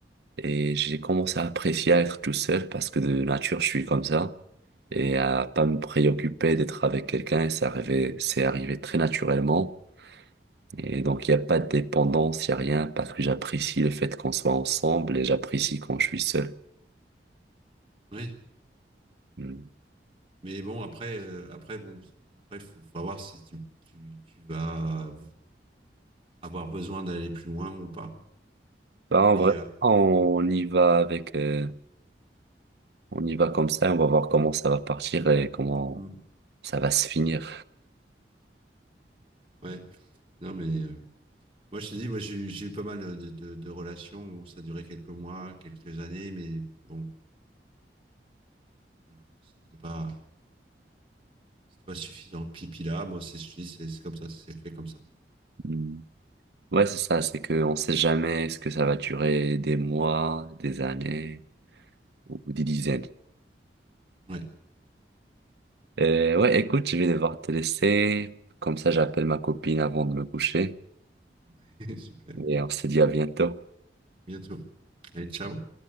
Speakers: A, on the right; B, on the right.
A: Et j'ai commencé à apprécier à être tout seul parce que de nature, je suis comme ça. Et à pas me préoccuper d'être avec quelqu'un, c'est arrivé, c'est arrivé très naturellement. Et donc, il n'y a pas de dépendance, il n'y a rien parce que j'apprécie le fait qu'on soit ensemble et j'apprécie quand je suis seul.
B: Oui.
A: Hmm.
B: Mais bon, après, euh, après, bon, après, faut, faut voir si tu, tu, tu vas avoir besoin d'aller plus loin ou pas.
A: Bah,
B: Mais
A: en vrai,
B: euh,
A: on y va avec, euh, on y va comme ça et on va voir comment ça va partir et comment
B: mm,
A: ça va se finir.
B: ouais, non, mais euh, moi, je te dis, moi, j'ai eu j'ai eu pas mal de, de, de relations. Bon, ça a duré quelques mois, quelques années, mais bon. Voilà. C'était pas, c'était pas suffisant. Pipi là, moi, c'est, je te dis, c'est c'est comme ça, c'est fait comme ça.
A: Hmm. Ouais, c'est ça, c'est qu'on ne sait jamais ce que ça va durer, des mois, des années ou des dizaines.
B: Ouais,
A: Euh, ouais, écoute, je vais devoir te laisser. Comme ça, j'appelle ma copine avant de me coucher.
B: <laughs> super.
A: Et on se dit à bientôt.
B: Bientôt. Allez, ciao.